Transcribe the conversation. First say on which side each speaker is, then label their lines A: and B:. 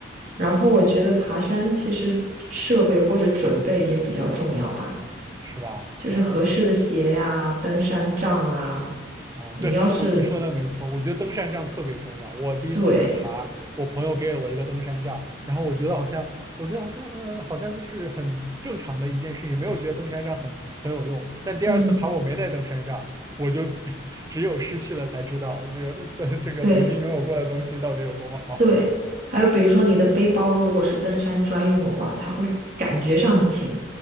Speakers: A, on the right; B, on the right.
A: 然后我觉得爬山其实设备或者准备也比较重要吧，
B: 是吧？
A: 就是合适的鞋呀、
B: 啊、
A: 登山杖啊。
B: 哦、
A: 你要是
B: 对，我你说的没错，我觉得登山杖特别重要。我第一次爬，
A: 对，
B: 我朋友给了我一个登山杖，然后我觉得好像，我觉得好像，嗯，好像就是很正常的一件事情，没有觉得登山杖很很有用。但第二次爬，
A: 嗯，
B: 我没带登山杖，我就 <laughs> 只有失去了才知道这个的这个曾经拥有过的东西到底有多么好。
A: 对对，还有比如说你的背包如果是登山专用的话，它会感觉上很轻，